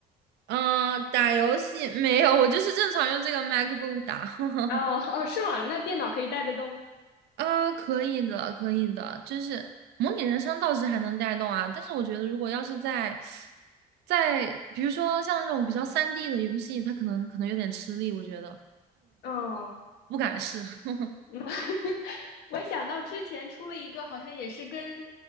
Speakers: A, on the right (about 80°); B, on the left (about 80°).
A: 嗯、打游戏没有，我就是正常用这个 MacBook 打。<laughs>
B: 哦哦，是吗？那电脑可以带得动
A: 啊可以的，可以的，就是模拟人生倒是还能带动啊，但是我觉得如果要是在在比如说像这种比较三 d 的游戏，它可能可能有点吃力，我觉得
B: 哦。
A: 不敢试。<laughs>
B: 嗯 <laughs> 我想到之前出了一个，好像也是跟